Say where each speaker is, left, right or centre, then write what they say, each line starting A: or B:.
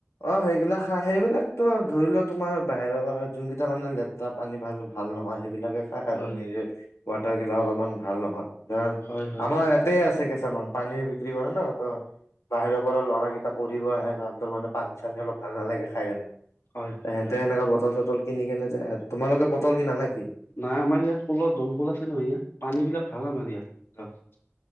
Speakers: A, on the left; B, on the left.
A: অ' সেইবিলাক খা সেইবিলাকতো ধৰি লোৱা তোমাৰ বাহিৰৰ পৰা যোন কেইটাৰ মানে লেতেৰা পানী ভাল ভাল নহয় সেইবিলাকে খাই আৰু
B: হয়
A: <unintelligible> ৱাটাৰ গিলা অলপ ইমান ভাল নহয়। দ
B: হয় হয়
A: আমাৰ ইয়াতে আছে পানী বিক্ৰী কৰে ন, ত বাহিৰৰ পৰা ল'ৰাকেইটা পঢ়িব আহে তাহতৰ মানে পানী চানী অলপ ভাল নালাগে খাই কিনে।
B: হয় হয়
A: এহেতে
B: হয়।
A: এনেকা বতল চতল কিনি কেনে যায়, তোমালোকে বটল কিনা নাই?
B: নাই আমাৰ ইয়াত কলৰ, দমকল আছে নহয় ইয়াত পানী বিলাক খালা মাৰিয় যাব